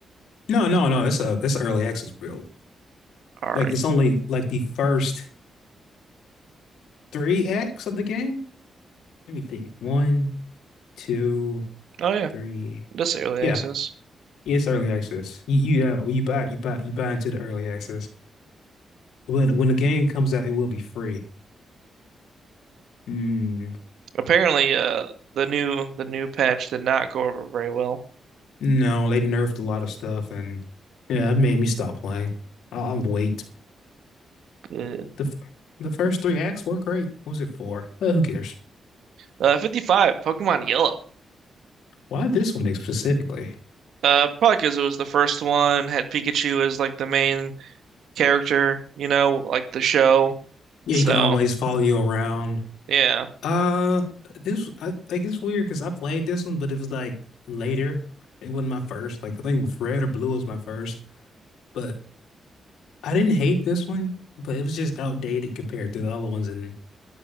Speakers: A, on the left (about 85°); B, on the right (about 80°).
A: No, no, no. It's a it's an early access build.
B: Are
A: like it's only like the first three acts of the game. Let me see. One, two,
B: oh yeah,
A: three.
B: it does say early
A: Yeah,
B: access.
A: it's early access. You you uh, you buy you buy you buy into the early access. When when the game comes out, it will be free. Hmm.
B: Apparently, uh, the new the new patch did not go over very well.
A: No, they nerfed a lot of stuff, and yeah, it made me stop playing. I'll, I'll wait.
B: Yeah.
A: The f- the first three acts were great. What was it four? Uh, who cares?
B: Uh, 55, Pokemon Yellow.
A: Why this one specifically?
B: Uh, probably because it was the first one, had Pikachu as like the main character, you know, like the show.
A: Yeah,
B: So,
A: you can always follow you around.
B: yeah.
A: Uh, this I like it's weird because I played this one, but it was like later. It wasn't my first. Like I think Red or Blue was my first, but I didn't hate this one, but it was just outdated compared to the other ones. And